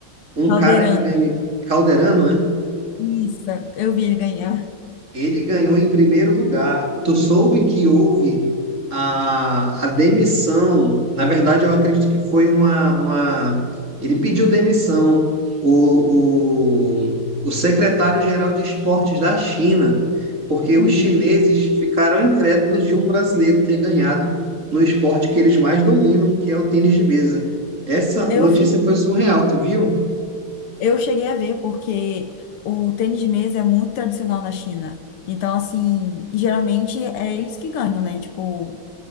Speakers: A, on the right; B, on the left.
A: Um
B: Caldeirante.
A: cara que ganhou. Calderano, né?
B: Isso, eu vi ele ganhar.
A: Ele ganhou em primeiro lugar. Tu soube que houve a, a demissão. Na verdade, eu acredito que foi uma, uma... Ele pediu demissão. O, o, o secretário-geral de esportes da China, porque os
B: Uhum.
A: chineses ficaram incrédulos de um brasileiro ter ganhado no esporte que eles mais dominam, que é o tênis de mesa. Essa
B: Eu
A: notícia
B: vi.
A: foi surreal, tu viu?
B: Eu cheguei a ver porque o tênis de mesa é muito tradicional na China. Então, assim, geralmente é eles que ganham, né? Tipo,